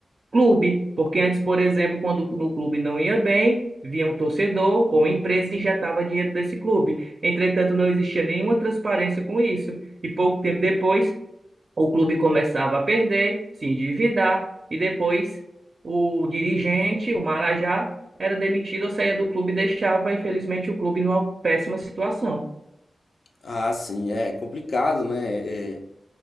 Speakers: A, on the right; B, on the left.
A: clube. Porque antes, por exemplo, quando no clube não ia bem, vinha um torcedor ou uma empresa e injetava dinheiro desse clube. Entretanto, não existia nenhuma transparência com isso. E pouco tempo depois, o clube começava a perder, se endividar e depois o dirigente, o Marajá, era demitido ou saía do clube e deixava, infelizmente, o clube numa péssima situação.
B: Ah, sim, é complicado, né? É,